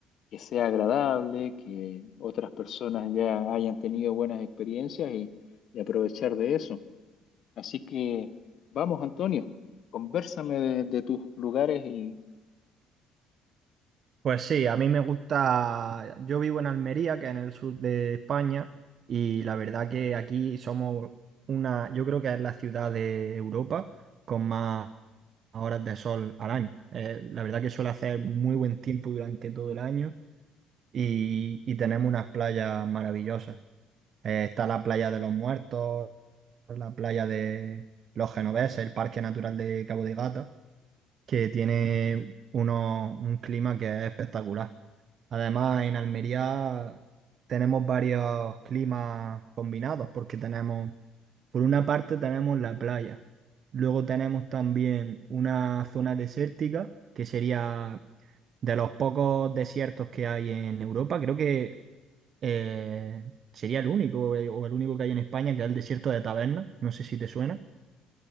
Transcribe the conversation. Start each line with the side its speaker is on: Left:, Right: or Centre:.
Left: que sea agradable, que otras personas ya hayan tenido buenas experiencias y, y aprovechar de eso. Así que vamos, Antonio, convérsame de, de tus lugares y
Right: Pues sí, a mí me gusta, yo vivo en Almería, que es en el sur de España, y la verdad que aquí somos una, yo creo que es la ciudad de Europa con más horas de sol al año. Eh, la verdad que suele hacer muy buen tiempo durante todo el año y, y tenemos unas playas maravillosas. Eh, está la playa de los Muertos, la playa de los Genoveses, el Parque Natural de Cabo de Gata, que tiene uno, un clima que es espectacular. Además, en Almería tenemos varios climas combinados porque tenemos, por una parte tenemos la playa, luego tenemos también una zona desértica que sería de los pocos desiertos que hay en Europa, creo que eh, sería el único eh, o el único que hay en España que es el desierto de Taberna, no sé si te suena.